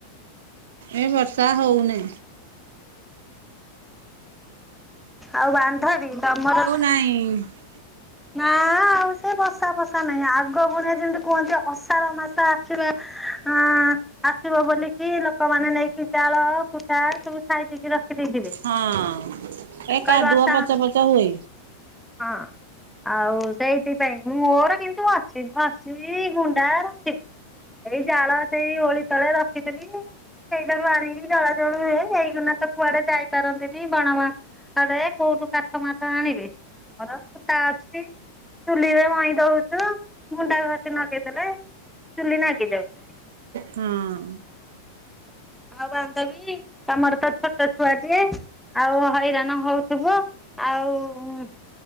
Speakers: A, on the right (about 60°); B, in the centre.
A: ଏ ବର୍ଷା ହେଉନି
B: ଆଉ ବାନ୍ଧବି ତମର
A: ନାଇଁ
B: ନା ଆଉ ସେ ବସା ଫସା ନାହିଁ ଆଗ ପୁଣିଆ ଯେମିତି କୁହନ୍ତି କଷାାର ମାଛ ଆସିବା ଅ ଆସିବ ବୋଲିକି ଲୋକମାନେ ନେଇକି ଜାଳ କୁଟା ସବୁ ସାଇ ଦେଇକି ରଖି ଦେଇେବି
A: ହଁ। ଏ କାଦୁଅ
B: କହିବ ଆସା
A: ପଚ ପଚ ହୁଏ।
B: ହଁ ଆଉ ସେଇଥିପାଇଁ ମୋର କିନ୍ତୁ ଅଛି ଘସି ଗୁଣ୍ଡା ରଖିଛି ଏଇ ଜାଳ ସେଇ ଓଳି ତଳେ ରଖିଥିଲି ସେଇଠାରୁ ଆଣିକି ଜଳାଜଳୁ ହୁଏ ସେଇଗନା ତ କୁଆଡେ ଯାଇପାରନ୍ତିନି ବଣମା ଆରେ କୋଉଠୁ କାଠ ମାଠ ଆଣିବେ ଆମର ତା ଅଛି ଚୁଲିରେ ମଇଁ ଦଉଛୁ ମୁଣ୍ଡା ଭସି ନଗେଇଦେଲେ ଚୁଲି ନାଗି ଯାଉଛି
A: ହଁ
B: ଆଉ ବାନ୍ଧବୀ ତମର ତ ଛୋଟ ଛୁଆଟିଏ ଆଉ ହଇରାଣ ହଉଥିବ ଆଉ